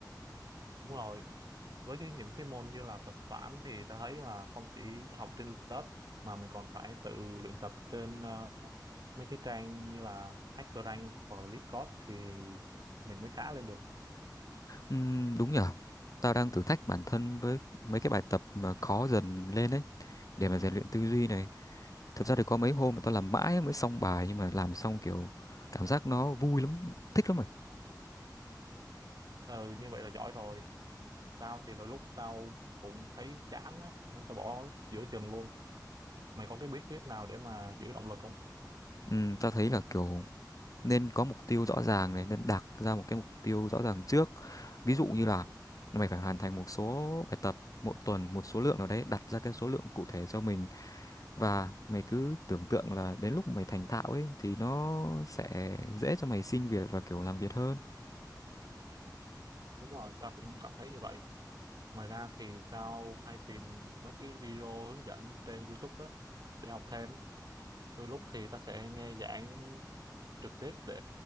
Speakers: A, on the right; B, on the left.
A: đúng rồi với cái những cái môn như là thuật toán thì ta thấy là không chỉ học trên lớp mà mình còn phải tự luyện tập trên ờ, mấy cái trang như là HackerRank hoặc là LeetCode thì mình mới khá lên được
B: Ừm, đúng nhở. Tao đang thử thách bản thân với mấy cái bài tập mà khó dần lên đấy để mà rèn luyện tư duy này. Thật ra thì có mấy hôm mà tao làm mãi mới xong bài nhưng mà làm xong kiểu cảm giác nó vui lắm, thích lắm
A: ừ, như vậy là giỏi rồi tao thì đôi lúc tao cũng thấy chán á, nên tao bỏ giữa chừng luôn mày có cái bí quyết nào để mà giữ động lực không
B: Ừ, tao thấy là kiểu nên có mục tiêu rõ ràng này, nên đặt ra một cái mục tiêu rõ ràng trước. Ví dụ như là mày phải hoàn thành một số bài tập mỗi tuần, một số lượng nào đấy, đặt ra cái số lượng cụ thể cho mình và mày cứ tưởng tượng là đến lúc mày thành thạo ấy thì nó sẽ dễ cho mày xin việc và kiểu làm việc hơn.
A: đúng rồi tao cũng cảm thấy như vậy ngoài ra thì tao hay tìm mấy cái video hướng dẫn trên YouTube á để học thêm đôi lúc thì ta sẽ nghe giảng trực tiếp để